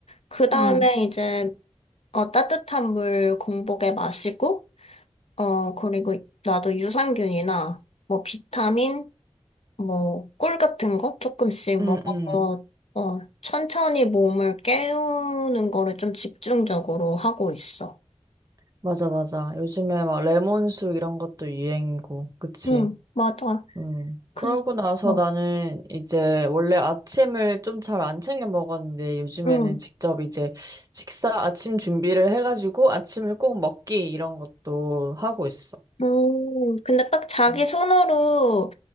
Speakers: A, on the left; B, on the right.
A: 그 다음에
B: 음,
A: 이제, 어, 따뜻한 물 공복에 마시고, 어, 그리고 나도 유산균이나, 뭐, 비타민, 뭐, 꿀 같은 거 조금씩
B: 음,
A: 먹어서,
B: 음.
A: 어, 천천히 몸을 깨우는 거를 좀 집중적으로 하고 있어.
B: 맞아, 맞아. 요즘에 막 레몬수 이런 것도 유행이고, 그치?
A: 응, 맞아.
B: 음.
A: 그래서,
B: 그러고 나서
A: 어,
B: 나는 이제 원래 아침을 좀 잘 안 챙겨 먹었는데 요즘에는
A: 응.
B: 직접 이제 식사 아침 준비를 해가지고 아침을 꼭 먹기 이런 것도 하고 있어.
A: 음, 근데 딱 자기
B: 음.
A: 손으로,